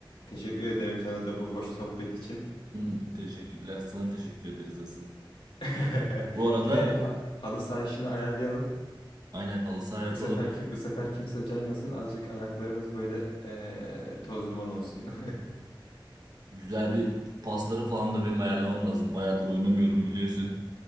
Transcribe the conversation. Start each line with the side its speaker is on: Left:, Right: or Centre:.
Left: Teşekkür ederim sana da bu hoş sohbet için.
Right: <laughs> Teşekkürler. Sana teşekkür ederiz asıl.
Left: <laughs>
Right: Bu arada
Left: Yine ha- halı saha işini ayarlayalım.
Right: aynen halı saha yapalım.
Left: Bu sefer ki bu sefer kimse caymasın. Azıcık ayaklarımız böyle eee, toz duman olsun. <laughs>
Right: Güzel bir pasları falan da benim ayarlamam lazım. Bayağıdır oynamıyorum biliyorsun.